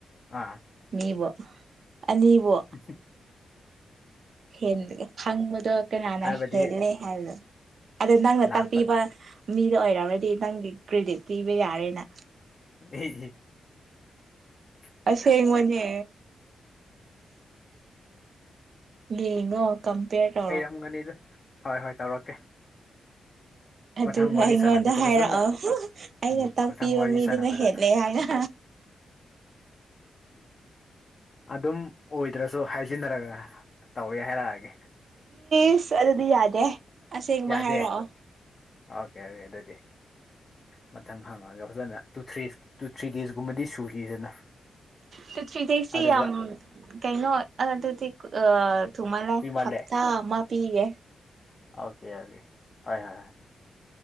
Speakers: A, on the left (about 30°); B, on the right (about 50°).
A: ꯑꯥ
B: ꯃꯤꯕꯣ ꯑꯅꯤꯕꯣ
A: ꯑꯁ <unintelligible>
B: ꯍꯦꯟꯒꯦ ꯍꯪꯕꯗꯣ ꯀꯅꯥꯅ
A: ꯍꯥꯏꯕꯗꯤ
B: ꯍꯦꯜꯂꯦ ꯍꯥꯏꯕꯗꯣ ꯑꯗꯨ ꯅꯪꯅ
A: ꯂꯥꯛꯄ
B: ꯇꯥꯛꯄꯤꯕ ꯃꯤꯗꯨ ꯑꯣꯏꯔꯝꯃꯗꯤ ꯅꯪꯒꯤ ꯀ꯭ꯔꯦꯗꯤꯠ ꯄꯤꯕ ꯌꯥꯔꯦꯅ
A: ꯑꯦꯑꯦ <inaudible>
B: ꯑꯁꯦꯡꯕꯅꯦ ꯌꯦꯡꯉꯣ ꯀꯝꯄꯦꯔ ꯇꯧ
A: ꯍꯩꯔꯝꯒꯅꯤꯗ ꯍꯣꯏ ꯍꯣꯏ ꯇꯧꯔꯛꯀꯦ
B: ꯑꯗꯨꯒ
A: ꯃꯊꯪ ꯋꯥꯔꯤ
B: ꯑꯩꯉꯣꯟꯗ
A: ꯁꯥꯟꯅꯕꯗ
B: ꯍꯥꯏꯔꯛꯑꯣ
A: ꯐꯖꯅ
B: ꯑꯩꯅ
A: ꯎꯝ
B: ꯇꯥꯛꯄꯤꯕ
A: ꯃꯊꯪ ꯋꯥꯔꯤ
B: ꯃꯤꯗꯨꯅ
A: ꯁꯥꯟꯅꯕꯗ
B: ꯍꯦꯜꯂꯦ ꯍꯥꯏꯅ
A: ꯑꯗꯨꯝ ꯑꯣꯏꯗ꯭ꯔꯁꯨ ꯍꯥꯏꯖꯤꯟꯅꯔꯒ ꯇꯧꯋꯦ ꯍꯥꯏꯔꯛꯑꯒꯦ
B: ꯏꯁ ꯑꯗꯨꯗꯤ ꯌꯥꯗꯦ ꯑꯁꯦꯡꯕ
A: ꯌꯥꯗꯦ
B: ꯍꯥꯏꯔꯛꯑꯣ
A: ꯑꯣꯀꯦ ꯑꯗꯨꯗꯤ ꯃꯊꯪ ꯍꯪꯉꯒꯦ ꯐꯖꯅ ꯇꯨ ꯊ꯭ꯔꯤ ꯇꯨ ꯊ꯭ꯔꯤ ꯗꯦꯖꯀꯨꯝꯕꯗꯤ ꯁꯨꯈꯤꯗꯅ
B: ꯇꯨ ꯊ꯭ꯔꯤ ꯗꯦꯖꯇꯤ
A: ꯑꯗꯨꯒ
B: ꯌꯥꯝ ꯀꯩꯅꯣ ꯑꯗꯨꯗꯤ ꯑ ꯊꯨꯃꯜꯂꯦ
A: ꯀꯨꯏꯃꯜꯂꯦ
B: ꯍꯞꯇꯥ ꯑꯃ ꯄꯤꯒꯦ
A: ꯑꯣꯀꯦ ꯑꯣꯀꯦ ꯍꯣꯏ ꯍꯣꯏ ꯍꯣꯏ